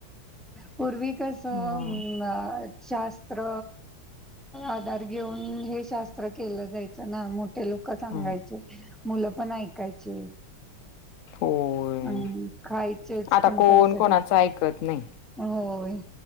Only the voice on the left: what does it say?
म
हम्म
होय.
आता
कोण कोणाचं ऐकत नाही.